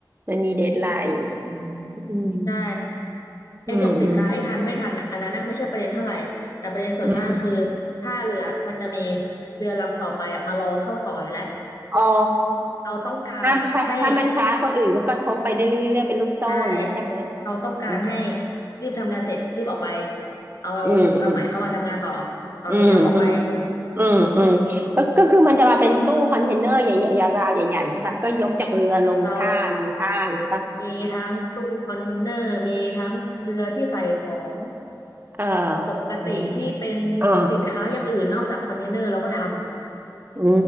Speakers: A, on the right; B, on the left.
A: มันมีเดดไลน์อยู่อืม
B: ใช่ไอ้ส่งสินค้าให้ทันไม่ทันอันนั้นนะไม่ใช่ประเด็นเท่าไหร่แต่ประเด็นส่วนมากคือ
A: อืมอืมอืมอืม
B: ถ้าเรือมันจะมีเรือลำต่อไปอ่ะมารอเข้าต่ออยู่แล้ว
A: อ๋อ
B: เราต้องการให้
A: ถ้าถ้าถ้ามันช้าคนอื่นก็กระทบไปเรื่อยๆเรื่อยๆเป็นลูกโซ่อย่างนี้ใช่ไหม
B: ใช่เราต้องการให้
A: อื
B: รีบทำงานเสร็จรีบออกไปเอา
A: มอืม
B: ลำใหม่เข้ามาทำงานต่อต่อเสร็จก็ออกไป
A: อืมอืมอืมอืมก็ก็คือมันจะมาเป็นตู้คอนเทนเนอร์ใหญ่ๆยาวๆใหญ่ๆใช่ป่ะก็ยกจากเรือลงท่าลงท่าอย่างนี้ป่ะ
B: เรามีทั้งตู้คอนเทนเนอร์มีทั้งเรือที่ใส่ของ
A: เออ
B: ปกติที่เป็น
A: อืมเออ
B: สินค้าอย่างอื่นนอกจากคอนเทนเนอร์เราก็ท
A: อื